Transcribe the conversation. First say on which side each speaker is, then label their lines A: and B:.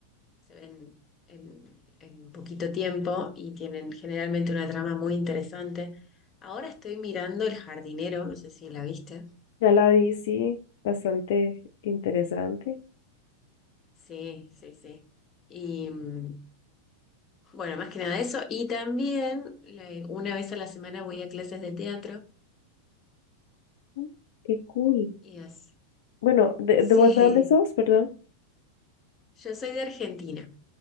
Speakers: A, on the left; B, on the left.
A: se ven en, en poquito tiempo y tienen generalmente una trama muy interesante. Ahora estoy mirando El jardinero, no sé si la viste.
B: Ya la bici, bastante interesante.
A: Sí, sí, sí. Y, mm, Bueno, más que nada eso. Y también la- una vez a la semana voy a clases de teatro.
B: Mm, Qué cool.
A: Y así.
B: Bueno, ¿de,
A: Sí,
B: de vos de dónde sos? Perdón.
A: <laughs> yo soy de Argentina.